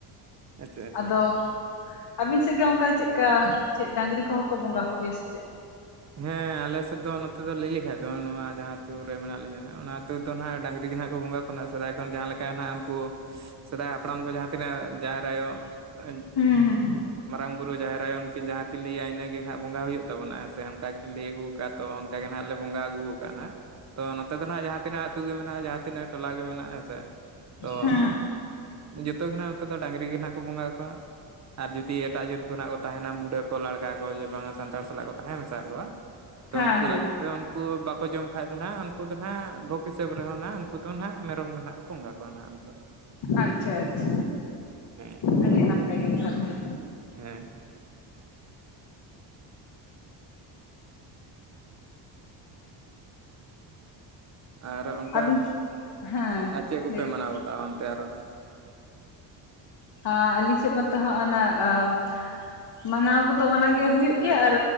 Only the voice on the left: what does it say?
᱾
<inaudible> ᱟᱫᱚ <inaudible> ᱟᱹᱵᱤᱱ ᱥᱮᱜ ᱜᱮ ᱚᱝᱠᱟ ᱪᱮᱜᱠᱟ ᱪᱮᱜ ᱰᱟᱝᱨᱤ ᱠᱚᱦᱚᱸ ᱠᱚ ᱵᱚᱸᱜᱟ ᱠᱚᱜᱮᱭᱟ ᱥᱮ ᱪᱮᱜ?
ᱦᱩᱸ
ᱦᱩᱸ
ᱦᱮᱸ
ᱦᱮᱸ
ᱦᱮᱸ
ᱟᱪᱪᱷᱟ ᱟᱪᱪᱷᱟ
ᱟᱹᱰᱤ ᱱᱟᱯᱟᱭ ᱜᱮ ᱛᱟᱦᱚᱞᱮ ᱾
ᱟᱹᱵᱤᱱ
ᱦᱮᱸ
ᱞᱟᱹᱭ ᱵᱤᱱ?
ᱟᱨ ᱟᱹᱞᱤᱧ ᱥᱮᱫ ᱢᱟᱛᱚ ᱦᱟᱸᱜ ᱚᱱᱟ ᱟ <inaudible> ᱢᱟᱱᱟᱣ ᱠᱚᱫᱚ ᱚᱱᱟᱜᱮ ᱦᱩᱭᱩᱜ ᱜᱮᱭᱟ ᱟᱨ